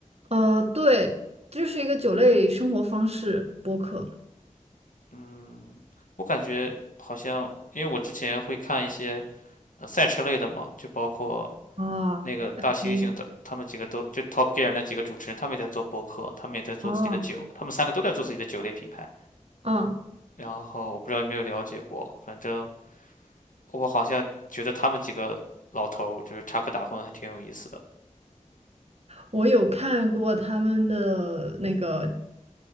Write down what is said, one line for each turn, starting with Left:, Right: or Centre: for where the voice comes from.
Right: 呃，对，就是一个酒类生活方式播客
Left: 嗯，我感觉好像，因为我之前会看一些呃赛车类的嘛，就包括
Right: 啊，
Left: 那个大猩猩的，
Right: 你
Left: 他们几个都就 Top Gear 那几个主持人，他们也在做播客，他们也在做自己的酒，
Right: 哦，
Left: 他们三个都在做自己的酒类品牌。
Right: 嗯，
Left: 然后我不知道有没有了解过，反正我好像觉得他们几个老头儿就是插科打诨，还挺有意思的。
Right: 我有看过他们的那个